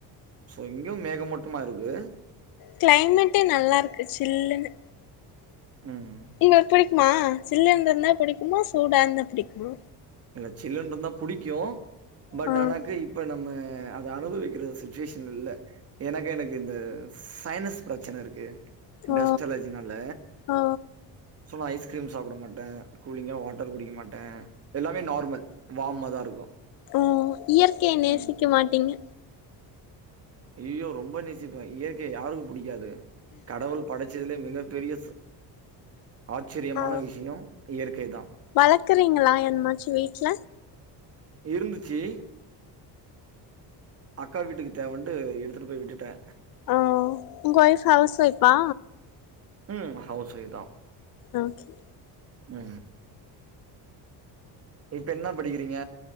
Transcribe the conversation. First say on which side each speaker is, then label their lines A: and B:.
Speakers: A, on the right; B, on the left.
A: இங்கயு மேகமூட்டமா இருக்கு
B: கிளைமேட் நல்லா இருக்கு சில்லுன்னு
A: ம்
B: எங்களுக்கு புடிக்குமா சில்லனு இருந்தா பிடிக்குமா சூடா இருந்தா புடிக்குமா
A: இல்ல சில்லுன் இருந்தா பிடிக்கு பட்
B: ஆ
A: ஆனாக்கு இப்ப நம்ம அத அனுபவிக்கிற சுச்சுவேஷன்ல இல்ல எனக் எனக்கு இந்த சயின்ஸ் பிரச்சன இருக்கு
B: ஓ
A: டஸ்டலர்ஜி நால
B: ஓ
A: சும்மா ஐஸ் ஐஸ்க்ரீம் சாப்ட மாட்டே கூலிங்கா வாட்டர் குடிக்க மாட்டே எல்லாமே நார்மல் வார்மா தா இருக்கு
B: அ இயற்கைய நேசிக்க
A: ம்
B: மாட்டிங்க
A: ஐயோ ரொம்ப நேசிப்பே இயற்கைய யாருக்கு பிடிக்காது கடவுள் படைச்ச துல மிகப்பெரிய ஆச்சரியமான
B: ஆ
A: விஷய இயற்கை தா
B: வளக்குறீங்களா எந்மாச்சு வீட்ல
A: இருந்துச்சு அக்கா வீட்டுக்கு தேவண்ட்டு எடுத்துட்டு போய் விட்டுட்டே
B: ஓ உங்க ஃவைப் ஹவுஸ் ஃவைப்பா
A: உம் ஹவுசே தா
B: ஓகே
A: ஆ இப்ப என்ன படிக்கிறீங்க